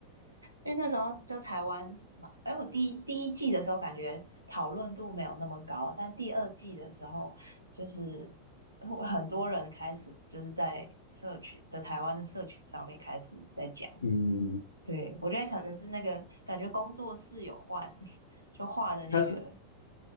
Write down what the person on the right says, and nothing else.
因为那时候就台湾嘛，哎，我第一第一季的时候感觉讨论度没有那么高，但第二季的时候，就是呃很多人开始就是在社群的台湾的社群上面开始在讲，
对，我觉得可能是那个感觉工作室有换，<laughs> 就画的那个